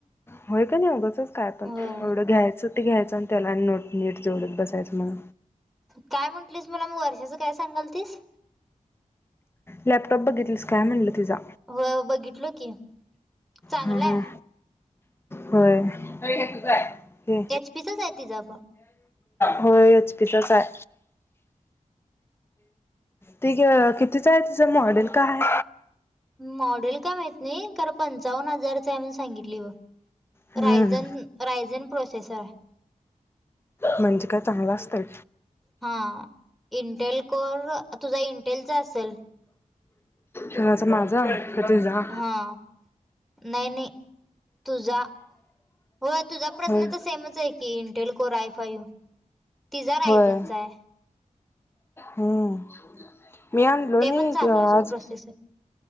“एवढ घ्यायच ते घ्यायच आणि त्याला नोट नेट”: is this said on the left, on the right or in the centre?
Left